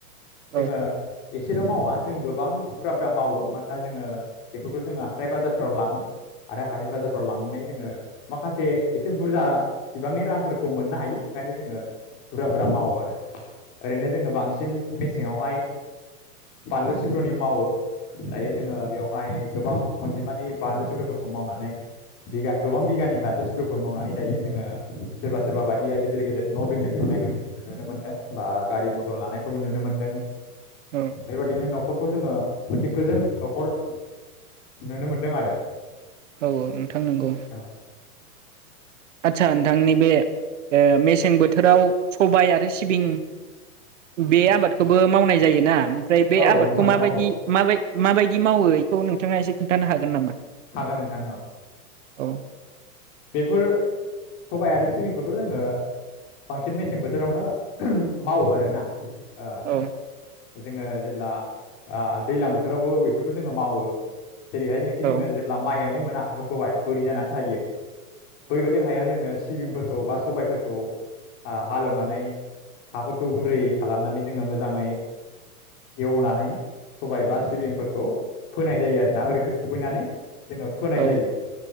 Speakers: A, on the left (about 25°); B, on the right (about 55°).
A: जोङो
B: औ
A: एसेल' मावा जों गोबां बुरा बुरा मावो। मानोना जोङो बेफोरखौ जोङो हाथथाय बाजारफ्राव लाङो आरो हाथथाय बाजारफ्राव लांनानै जोङो माखासे एसे बुरजा बिबांनि रांफोरखौ मोननो हायो ओंखायनो जोङो बुरजा बुरजा मावो आरो। ओरैनो जोङो बांसिन सिङावहाय बानलु सिब्रुनि मावो। दायो जोङो बेवहाय गोबां अनजिमानि बानलु सिब्रफोरखौ मावनानै बि गोबां बिगानि बानलु सिब्रफोर मावनानै दायो जोङो सोरबा सोरबा बायदिया गिदिर गिदिर न' बिल्डिं लुनायखौ नुनो मोनदों बा गारि मथर लानाय नुनो मोनदों।
B: औ
A: बेबायदिनो नखर खौ जोङो मोनसे गोजो न'खर नुनो मोनदों आरो।
B: औ औ नोंथां नंगौ।
A: औ
B: आचसा नोंथांनि बे मेसें बोथोराव सबाय आरो सिबिं बे आबादखौबो मावनाय जायोना? ओमफ्राय बे
A: औ
B: आबादखौ
A: नोंथां
B: माबायदि
A: मावो
B: माबाय माबायदि मावो बेखौ नोंथाङा एसे खोन्थानो हागोन नामा?
A: हागोन नोंथां औ
B: औ
A: बेफोर सबाय आरो सिबिंखौथ' जोङो बांसिन मेसें बोथोरावनो मावो आरोना। ओ
B: औ
A: जोङो जेब्ला दैलां बोथोरावबो बेफोरखौ जोङो मावो। जेरैहाय जेखि जोङो
B: औ
A: माइ गायनो मोना हाफोरखौहाय बोरै जाना थायो बैबायदि हायाव जोङो सिबिंफोरखौ बा सबायफोरखौ हालेवनानै हाफोरखौ गुरै खालामनानै जोङो मोजाङै एवनानै सबाय बा सिबिंफोरखौ फोनाय जायो आरोना ओरैनो खुबैनानै जोङो फोनाय
B: औ
A: जायो